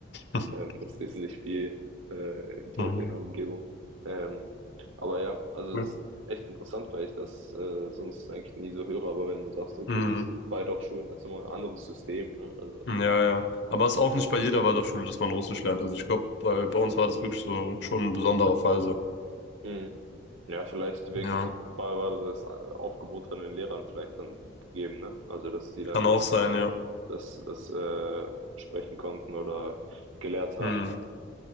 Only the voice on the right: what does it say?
ähm, es ist nicht viel äh, dort
in der Umgebung. Ähm, aber ja, also
es ist echt interessant, weil ich das äh, sonst eigentlich nie so höre. Aber wenn du sagst, okay,
das Waldorfschulen, das ist immer ein anderes System, ne? Also
Mhm. Ja, vielleicht wegen,
war, war das Aufgebot von den Lehrern vielleicht dann gegeben, ne? Also, dass die dann
das, das äh, sprechen konnten oder gelehrt haben.